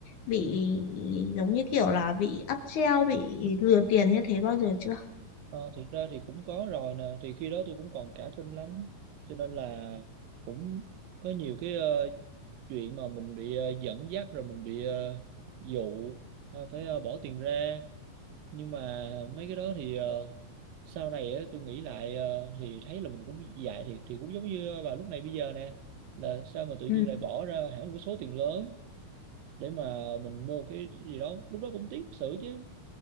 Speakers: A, on the left (about 60°); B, on the right (about 75°).
A: bị giống như kiểu là bị áp treo, bị lừa tiền như thế bao giờ chưa?
B: Ờ, thiệt ra thì cũng có rồi nè thì khi đó tôi cũng còn cả tin lắm cho nên là cũng có nhiều cái ờ, chuyện mà mình bị ờ, dẫn dắt rồi mình bị ờ, dụ ờ, phải ờ, bỏ tiền ra nhưng mà mấy cái đó thì ờ, sau này á, tôi nghĩ lại ờ, thì thấy là mình cũng dại thì thì cũng giống như bà lúc này bây giờ nè là sao mà tự nhiên
A: Ừ.
B: lại bỏ ra hẳn một cái số tiền lớn để mà mình mua cái gì đó lúc đó cũng tiếc sự chứ